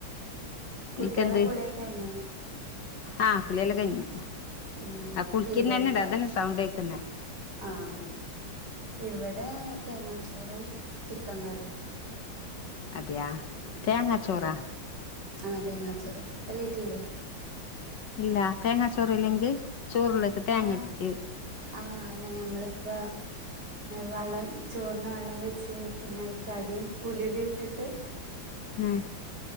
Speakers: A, on the right; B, on the left.
A: കുട്ട്യാളെ
B: നിനക്കെന്ത്
A: കുളിയൊക്കെ കഴിഞ്ഞോ
B: ആഹ് കുളിയല്ല കഴിഞ്ഞു
A: ഉം
B: ആഹ് കുളിക്കിന്ന
A: ഇവിടെ
B: തന്നെടാ അതന്നെ സൗണ്ട് കേക്കുന്ന
A: ആഹ് ഇവിടെ തേങ്ങാച്ചോറും ചിക്കൻ കറിയും
B: അതെയാ തേങ്ങാച്ചോറാ
A: ഉമ് ആഹ് തേങ്ങാ ച്ചോറ് അഹ് കിട്ടീല്ലേ
B: ഇല്ല തേങ്ങാ ചോറ് ഇല്ലെങ്കിൽ ചോറിലേക്കെ തേങ്ങ
A: ആഹ്
B: ഇട്ടിട്ട്
A: ആഹ് അങ്ങനെ നമ്മളിപ്പ വെള്ളം ചോറിന് വെള്ളം വെച്ചി ച്ച് പിന്നെ അതിക്ക് അരിയും ഉലവയും ഇട്ടിട്ട്
B: ഉമ്